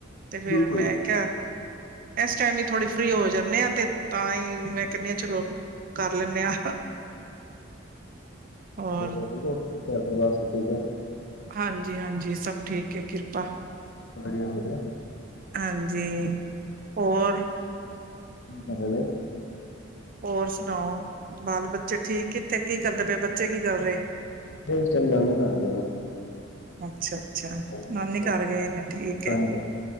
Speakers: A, on the right; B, on the left.
A: ਤੇ ਫੇਰ
B: ਬਿਲਕੁਲ
A: ਮੈਂ ਕਿਹਾ ਐਸ ਟਾਈਮ ਵੀ ਥੋੜੇ ਫ੍ਰੀ ਹੋ ਜਾਂਨੇ ਆਂ, ਤੇ ਤਾਂਹੀ ਮੈਂ ਕਹਿੰਨੀ ਹਾਂ ਚਲੋ ਕਰ ਲੈਂਨੇ ਆਂ। ਹੋਰ
B: ਦੱਸੋ ਠੀਕ ਓ? ਘਰ-ਪਰਿਵਾਰ ਸਭ ਠੀਕ ਐ?
A: ਹਾਂਜੀ-ਹਾਂਜੀ, ਸਭ ਠੀਕ ਏ, ਕਿਰਪਾ
B: ਗੜੀਅਰ ਹੋਗਿਆ?
A: ਹਾਂਜੀ। ਹੋਰ
B: ਕੀ ਕਰ ਲਏ?
A: ਹੋਰ ਸੁਣਾਓ, ਬਾਲ-ਬੱਚੇ ਠੀਕ? ਕਿੱਥੇ, ਕੀ ਕਰਦੇ ਪਏ, ਬੱਚੇ ਕੀ ਕਰ ਰਹੇ?
B: ਇਸ ਟੈਮ ਨਾਨੀ ਘਰ ਗਏ ਨੇ।
A: ਅੱਛਾ-ਅੱਛਾ,
B: ਹਾਂਜੀ
A: ਨਾਨੀ
B: ਹਾਂਜੀ।
A: ਘਰ ਗਏ ਨੇ, ਠੀਕ
B: ਹਾਂਜੀ
A: ਏ।